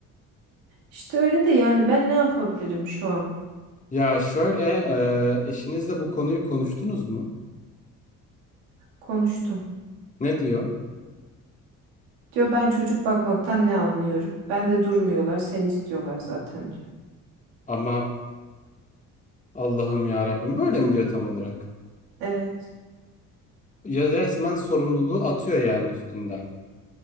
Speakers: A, on the right; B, on the left.
A: İşte öyle de yani ben ne yapabilirim şu an?
B: Ya şöyle e, eşinizle bu konuyu konuştunuz mu?
A: Konuştum.
B: Ne diyor?
A: Diyor ben çocuk bakmaktan ne anlıyorum? Ben de durmuyorlar, seni istiyorlar zaten diyor.
B: Ama Allah'ım ya Rabbim böyle mi diyor tam olarak?
A: Evet,
B: Ya resmen sorumluluğu atıyor yani üstünden.